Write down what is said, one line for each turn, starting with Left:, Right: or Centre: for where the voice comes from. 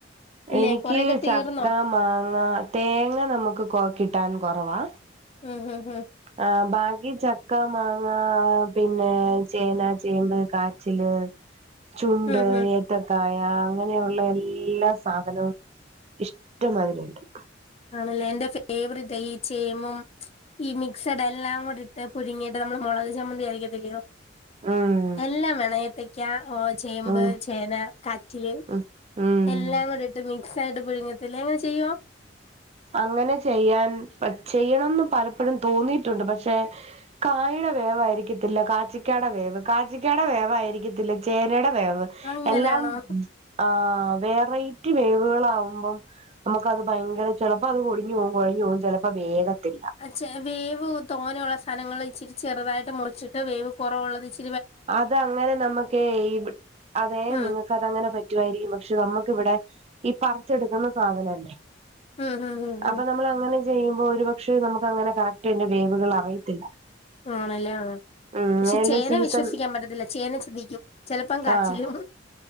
Left: അല്ലെ
Right: എനിക്ക്
Left: കൊറെയൊക്കെ തീർന്നോ
Right: ചക്ക മാങ്ങ തേങ്ങ നമുക്ക് കൊ കിട്ടാൻ കുറവാ.
Left: ഹും ഹും ഹും
Right: ആഹ ബാക്കി ചക്ക മാങ്ങ പിന്നെ ചേന ചേമ്പ് കാച്ചില്.
Left: <unintelligible>
Right: ചുണ്ട്
Left: ഉം ഹും
Right: എ ത്തക്കായ അങ്ങനെയുള്ള എല്ലാ സാധനവും ഇഷ്ടംമാതിരി ഉണ്ട്.
Left: ആണല്ലേ എന്റെ ഫേവറേറ്റാ ഈ ചേമും ഈ മിക്സഡ് എല്ലാം കൂടി ഇട്ട് പുഴുങ്ങിയിട് നമ്മള് മുളക് ചമ്മന്തി അരക്കത്തില്ലയോ.
Right: ഉം
Left: എല്ലാം വേണം ഏത്തക്ക ഓ ചേമ്പ്
Right: ഉം
Left: ചേന കാറ്റില്.
Right: ഉം ഉം
Left: എല്ലാം കൂടി ഇട്ട് മിക്സ് ആയിട്ട് പുഴുങ്ങത്തില്ലേ അങ്ങനെ ചെയ്യോ.
Right: അങ്ങനെ ചെയ്യാൻ ചെയ്യണംന്ന് പലപ്പോഴും തോന്നിയിട്ടുണ്ട് പക്ഷെ. കായുടെ വേവ് ആയിരിക്കത്തില്ല കാച്ചിക്കാടെ വേവ് കാച്ചിക്കാടെ വേവ ആയിരിക്കത്തില്ല ചേനയുടെ വേവ്.
Left: അങ്ങനാണോ
Right: എല്ലാം ഉം ആഹ് വെറൈറ്റി വേവുകളാവുമ്പം നമുക്കത് ഭയങ്കര ചെലപ്പോ അത് കൊടിഞ്ഞു പോവും കൊഴഞ്ഞു പോവും ചെലപ്പോ വേവത്തില്ല.
Left: ആഹാ വേവ് തോന്നെയുള്ള സ്ഥലങ്ങളിൽ ഇച്ചിരി ചെറുതായിട്ട് മുറിച്ചിട്ട് വേവ് കുറവുള്ളത് ഇച്ചി
Right: അത് അങ്ങനെ നമുക്കെ -അതെ
Left: ഉം
Right: നിങ്ങക്ക് അതങ്ങനെ പറ്റുവായിരിക്കും പക്ഷെ നമുക്കിവിടെ ഈ പറിച്ചെടുക്കുന്ന സാധനം അല്ലേ.
Left: ഉം ഉം ഉം
Right: അപ്പൊ നമ്മള് അങ്ങനെ ചെയ്യുമ്പോ ഒരു പക്ഷെ നമുക്ക് അങ്ങനെ കറക്റ്റ് അതിന്റെ വേവുകൾ അറിയത്തില്ല.
Left: ആണല്ലേ ആഹ
Right: ഉം
Left: പക്ഷെ
Right: ഏതായാലും
Left: ചേന
Right: സീസൺ
Left: വിശ്വസിക്കാൻ പറ്റത്തില്ല ചേന ചതിക്കും. ചെലപ്പം കാച്ചിലും
Right: ആഹ്